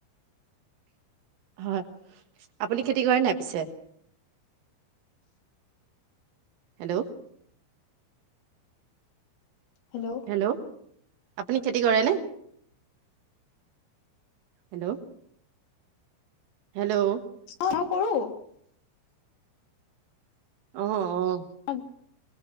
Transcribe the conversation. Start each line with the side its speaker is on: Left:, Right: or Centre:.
Right: হয় আপুনি খেতি কৰে নাই পিছে? হেল্ল
Left: হেল্ল'
Right: হেল্ল' আপুনি খেতি কৰেনে হেল্ল'- হেল্ল'
Left: অ অ কৰো-
Right: অ অ-
Left: <unintelligible>